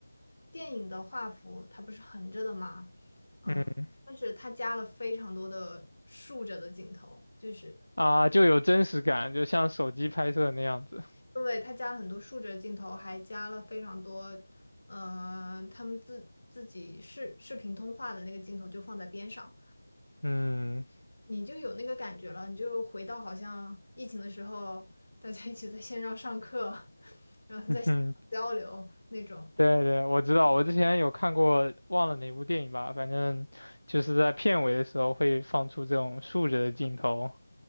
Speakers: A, on the left (about 50°); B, on the left (about 75°).
A: 电影的画幅，它不是横着的嘛，嗯、
B: 嗯。
A: 但是它加了非常多的竖着的镜头，就
B: 啊，就有真实感，就像手机拍摄那样子。
A: 因为它加了很多竖着的镜头，还加了非常多，呃，他们自自己视视频通话的那个镜头就放在边上，
B: 嗯，
A: 你就有那个感觉了，你就回到好像疫情的时候，大家一起在线上上课，<laughs> 然后在线上交流那种。
B: <laughs> 哼，对对，我知道，我之前有看过，忘了哪部电影吧，反正就是在片尾的时候会放出这种竖着的镜头，